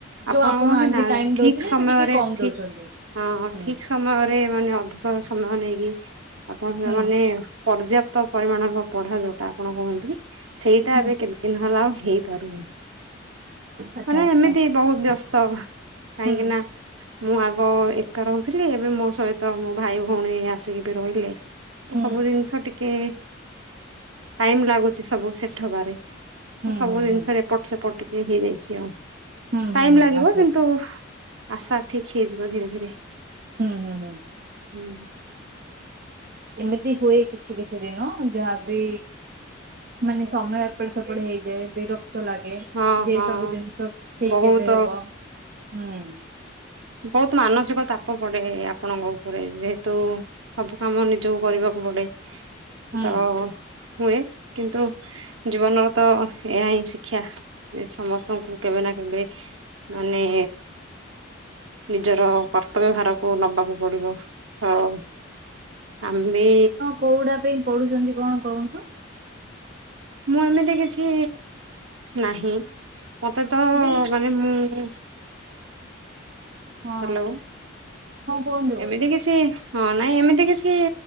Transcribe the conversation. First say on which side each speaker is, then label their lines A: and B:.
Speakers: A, on the right (about 50°); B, on the right (about 80°).
A: ଯୋଉ
B: ଆପଣ କହନ୍ତି
A: ଆଗେ
B: ନା
A: ଟାଇମ
B: ଠିକ
A: ଦଉଥିଲେ
B: ସମୟରେ
A: ଏବେ ଟିକେ କମ
B: ଠିକ
A: ଦଉଛନ୍ତି
B: ହଁ
A: ହୁଁ
B: ଠିକ୍ ସମୟରେ ମାନେ ଅଧିକ ସମୟ ନେଇକି ଆପଣ
A: ହୁଁ
B: ମାନେ। ପର୍ଯ୍ୟାପ୍ତ ପରିମାଣର ପଢ଼ା ଯୋଉଟା ଆପଣ କୁହନ୍ତି ସେଇ ଏ କେତ୍
A: ହୁଁ
B: ଦିନ ହେଲା ଆଉ ହେଇପାରୁନି
A: ଆଚ୍ଛା
B: ମାନେ
A: ଆଚ୍ଛା
B: ଏମିତି ବହୁତ ବ୍ୟସ୍ତ ତ କାହିଁକି
A: ହୁଁ
B: ନା। ମୁଁ ଆଗ ଏକା ରହୁଥିଲି ଏବେ ମୋ ସହିତ ମୋ ଭାଇ ଭଉଣୀ ଆସିକି ବି ରହିଲେ।
A: ହୁଁ
B: ସବୁ ଜିନିଷ ଟିକେ ଟାଇମ୍ ଲାଗୁଛି ସବୁ ସେ ସବୁ
A: ହୁଁ ହୁଁ
B: ଜିନିଷ
A: ହୁଁ
B: ଏପଟ ସେପଟ ଟିକ ହେଇଯାଇଛି ଆଉ।
A: ହୁଁ
B: ଟାଇମ
A: ହୁଁ ହୁଁ
B: ଲାଗିବ
A: ଆଚ୍ଛା
B: କିନ୍ତୁ
A: ଆଚ୍ଛା।
B: ଆଶା ଠିକ୍ ହେଇଯିବ ଧୀରେ ଧୀରେ।
A: ହୁଁ ହୁଁ ହୁଁ।
B: ହୁଁ।
A: ଏମିତି ହୁଏ କିଛି କିଛି ଦିନ ଯାହାବି ମାନେ- ସମୟ ଏପଟେ ସେପଟେ ହେଇଯାଏ ବିରକ୍ତ ଲାଗେ
B: ହଁ
A: ଯେ
B: ହଁ
A: ସବୁ ଜିନିଷ ଠିକ୍
B: ବହୁତ
A: କେବେ ହବ ହୁଁ।
B: ବହୁତ ମାନସିକ ଚାପ। ପଡ଼େ ଆପଣଙ୍କ ଉପରେ ଯେହେତୁ ସବୁ କାମ ନିଜକୁ କରିବାକୁ ପଡ଼େ।
A: ହୁଁ
B: ତ ହୁଏ କିନ୍ତୁ ଜୀବନର ତ ଏହା ହିଁ ଶିକ୍ ଶିକ୍ଷା ଯେ ସମସ୍ତଙ୍କୁ କେବେ ନା କେବେ ମାନେ ନିଜର କର୍ତ୍ତବ୍ୟ ଭାରକୁ ନବାକୁ ପଡ଼ିବ। ହଁ ଆମେ ବି
A: କୋଉଡ଼ା ପାଇଁ ପଢୁଛନ୍ତି କଣ କହନ୍ତୁ?
B: ମୁଁ ଏମିତି କିଛି ନାହିଁ ମତେ ତ
A: ମି
B: ମାନେ ମୁଁ
A: ହଁ
B: ହ୍ୟାଲୋ
A: ହଁ କୁହନ୍ତୁ
B: ଏମିତି କିଛି ହଁ ନାଇଁ ଏମିତି କିଛି